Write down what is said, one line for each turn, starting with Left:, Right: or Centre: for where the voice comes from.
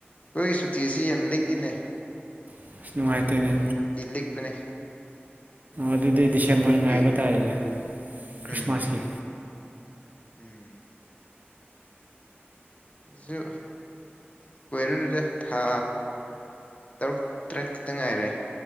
Left: ꯑꯩꯈꯣꯏꯒꯤ ꯁꯨꯇꯤ ꯑꯁꯤ ꯌꯥꯝ ꯂꯤꯛꯏꯅꯦ
Right: ꯑꯁ ꯅꯨꯡꯉꯥꯏꯇꯦꯅꯦ
Left: ꯁꯨꯇꯤ ꯂꯤꯛꯄꯅꯦ
Right: ꯑꯗꯨꯗꯤ ꯗꯤꯁꯦꯝꯕꯔ
Left: ꯑꯗꯨꯒꯤ
Right: ꯉꯥꯏꯕ ꯇꯥꯔꯦꯅꯦ ꯈ꯭ꯔꯤꯁꯃꯥꯁꯀꯤ
Left: ꯎꯝ ꯎꯝ ꯑꯩꯁꯨ ꯀꯣꯏꯔꯨꯔꯨꯔꯦ ꯊꯥ ꯇꯔꯨꯛ ꯇꯔꯦꯠ ꯈꯛꯇ ꯉꯥꯏꯔꯦ